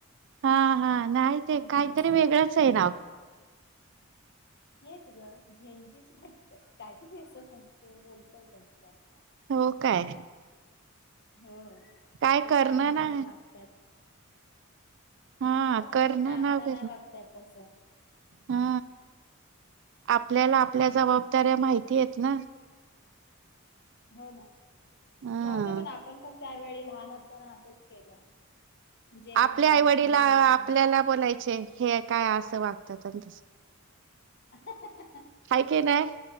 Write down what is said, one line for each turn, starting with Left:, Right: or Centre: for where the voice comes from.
Right: हा, हा नाही ते
Left: नाव
Right: काहीतरी
Left: आहे.
Right: वेगळंच आहे नाव.
Left: हेच ग झेंजीच वाटतंय काहीतरी असं <unintelligible> बोलतो संस्कार
Right: हो काय?
Left: होय.
Right: काय
Left: जस
Right: करणं
Left: आम्हाला
Right: ना
Left: नाही वागतायेत.
Right: हा
Left: हो
Right: करणं
Left: म्हटलं आम्हाला
Right: नाव घेतलं
Left: नाही वागता येत तसं.
Right: हा आपल्याला आपल्या जबाबदाऱ्या माहिती येत ना
Left: हो, ना.
Right: हा
Left: जाऊ दे पण आपण पण त्यावेळी लहान असताना असंच केलं जेवणे
Right: आपल्या आईवडीला
Left: झोपणे उठणे
Right: आपल्याला बोलायचे हे काय असं वागतात आणि तसं
Left: <inaudible>
Right: हाय की नाही?